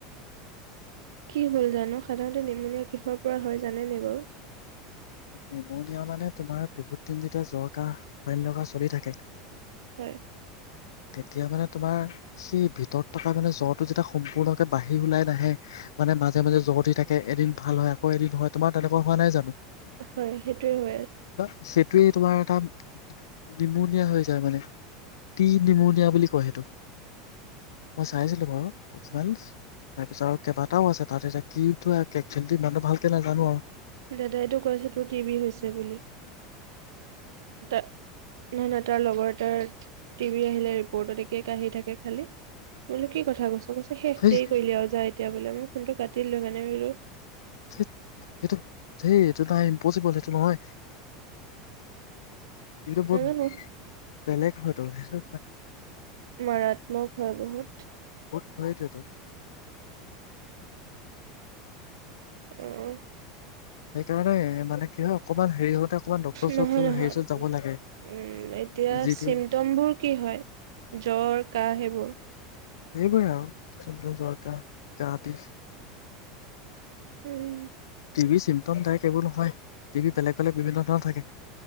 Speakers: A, on the right (about 80°); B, on the left (about 85°).
A: কি হ'ল জানো সাধাৰণতে নিমুনীয়া কিষৰ পৰা হয় জানেনে বাৰু
B: নিমনিয়া মানে তোমাৰ বহুত দিন যেতিয়া জ্বৰ কাহ লগা চলি থাকে
A: হয়
B: তেতিয়া মানে তোমাৰ সেই ভিতৰত থকা মানে জ্বৰটো যেতিয়া সম্পূৰ্ণকে বাঢ়ি ওলাই নাহে মানে মাজে মাজে জ্বৰ দি থাকে এদিন ভাল হয় আকৌ এদিন হয় তোমাৰ তেনেকুৱা হোৱা নাই জানো
A: হয় সেইটোোৱে হৈ আছে
B: সেইটোোৱে তোমাৰ এটা নিমনিয়া হৈ যায় মানে টি নিমনিয়া বুলি কয় সেইটো মই চাইছিলো বাৰু অকমান তাৰপিছত আৰু কেইবাটাও আছে তাত এতি কিেল ইমানটো ভালকে নাই জানো আৰু
A: দাদাইটো কৈছে তোৰ টিভি হৈছে বুলি ত নহ নহয় তাৰ লগত ত টিভি আহিলে ৰিপৰ্টত একে কি থাকে খালি তোলো কি কথা কৈছ শেষ
B: সেই
A: দেৰি কৰিলে আৰু যায় তেতিয়া বোলে মই ফোনটো কাটি দিলো মানে বলো
B: স সেইটো সেই এইটো নাই ইম্পচিবল সেইটো নহয় বহুত
A: নাজানো
B: বেলেগ ফটোচটো
A: মাৰাত্মক হয় বহুত
B: সেইটোৱেতো
A: আহ
B: সেইকাৰণে মানে কি হয় অকমান হেৰি হওঁতে অকমান ডক্তৰ ওচৰত
A: নহয় নহয়
B: হেৰি ওচৰত যাব লাগে
A: উম এতিয়া
B: যি টি
A: চিমটমবোৰ কি হয় জ্বৰ কাহ সেইবোৰ
B: সেইবোৰে আৰু জ্বৰ, কাহ
A: উম উম
B: টি বি চিমটমদায়ক এইবোৰ নহয় টি বি বেলেগ বেলেগ বিভিন্ন ধৰণৰ থাকে